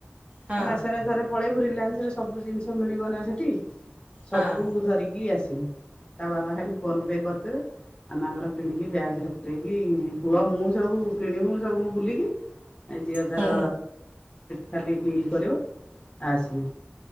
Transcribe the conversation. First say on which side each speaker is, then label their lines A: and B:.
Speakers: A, on the right; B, on the left.
A: ହଁ
B: ମାସରେ ଥରେ ପଳେଇବୁ ରିଲାନ୍ସ ରେ ସବୁ ଜିନିଷ ମିଳିବ ନା ସେଠି ସବୁ
A: ହଁ
B: ଧରିକି ଆସି ତା ବାବା ଖାଲି ଫୋନ ପେ କରିଦବେ । ଆମେ ଅମର କିଣିକି ବ୍ୟାଗରେ ପରେଇକି ପୁଅ ମୁଁ ସବୁ କିଣିବୁ ସବୁ ମୁ ବୁଲିକି ଝିଅ ତାର
A: ହୁଁ
B: ଖାଲି ବିଲ୍ କରିବୁ ଆସିବୁ।